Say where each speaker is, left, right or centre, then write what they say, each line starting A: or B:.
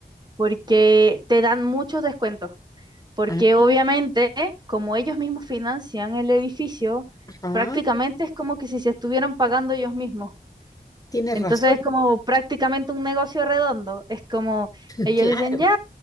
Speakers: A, on the right (about 25°); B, on the left (about 20°).
A: porque te dan muchos descuentos. porque
B: Ah,
A: obviamente, como ellos mismos financian el edificio,
B: Ajá.
A: prácticamente es como que si se estuvieran pagando ellos mismos.
B: Tienes
A: Entonces
B: razón.
A: es como prácticamente un negocio redondo. Es como
B: <laughs>
A: ellos
B: Claro,
A: dicen, ya,